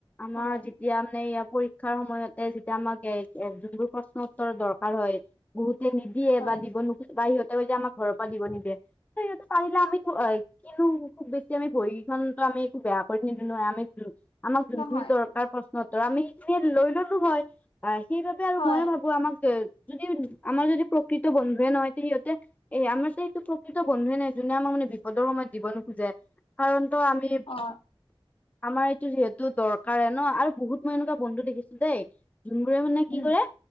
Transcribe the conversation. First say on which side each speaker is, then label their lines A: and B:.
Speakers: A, on the left (about 15°); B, on the left (about 70°).
A: আমাৰ
B: হয়
A: যেতিয়া মানে ইয়াৰ পৰীক্ষাৰ সময়তে যেতিয়া আমাক এ যোনটোৰ প্ৰশ্ন উত্তৰৰ দৰকাৰ হয় বহুতে নিদিয়ে
B: হয়
A: বা দিব ন বা সিহঁতে সৈ যে আমাৰ ঘৰৰ পৰা দিব নিদিয়ে স পাৰিলেমি কিন্তু খুব বেছি আ ভৰি আমি একো বেয়া কৰি নিদিও নহয় আমি আমাক যোনখিনি
B: নহয়
A: দৰকাৰ প্ৰ সিহঁতৰ আমি সেইখিনিয় লৈ ললো হয় আহ সেইবাবে আৰু
B: হয়
A: মই ভাবো আমাক যদি আমাৰ যদি প্ৰকৃত বন্ধুৱে নহয় তে সিহঁতে এ আমাৰ যে এইটো প্ৰকৃত বন্ধুৱে নাই যোনে আমাক মানে বিপদৰ সময়ত দিব নোখোজে কাৰণ আমি
B: অ
A: আমাৰ এইটো যিহেতু দৰকাৰে ন আৰু বহুত মই এনেকুৱা বন্ধু দেখিছোঁ দেই যোনবোৰে মানে কি
B: উম
A: কৰে